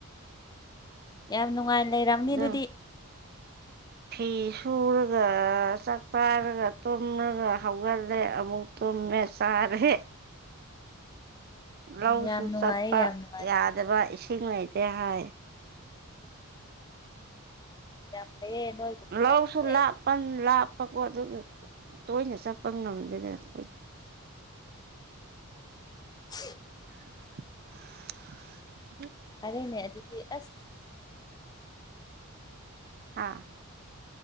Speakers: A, on the left; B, on the right.
A: ꯌꯥꯝ ꯅꯨꯡꯉꯥꯏ ꯂꯩꯝꯅꯤ
B: ꯑꯗꯨ
A: ꯑꯗꯨꯗꯤ
B: ꯐꯤ ꯁꯨꯔꯒ ꯆꯥꯛꯇꯥꯔꯒ ꯇꯨꯝꯂꯒ ꯍꯧꯒꯠꯂꯦ ꯑꯃꯨꯛꯨꯝ ꯃ ꯁꯥꯔꯦ
A: <inaudible>
B: ꯂꯧꯁꯨ
A: ꯌꯥꯝ ꯅꯨꯡꯉꯥꯏꯌꯦ
B: ꯆꯠꯄ
A: ꯌꯥꯝ ꯅꯨꯡꯉꯥꯏ
B: ꯌꯥꯗꯕ ꯏꯁꯤꯡ ꯂꯩꯇꯦ ꯍꯥꯏ
A: ꯌꯥꯝ ꯐꯩꯌꯦ ꯅꯣꯏꯒꯨꯝꯅ
B: ꯂꯧꯁꯨ
A: ꯂꯩꯅꯤꯡꯉꯦ
B: ꯂꯥꯞꯄꯅꯤ
A: ꯑꯩꯗꯤ
B: ꯂꯥꯄꯀ ꯑꯗꯨ ꯇꯣꯏꯅ ꯆꯠꯄ ꯉꯝꯗꯦꯗ ꯑꯩꯣꯏ
A: <inaudible>
B: ꯍ
A: ꯑꯔꯦꯅꯦ ꯑꯗꯨꯗꯤ ꯑꯁ
B: ꯍꯥꯥ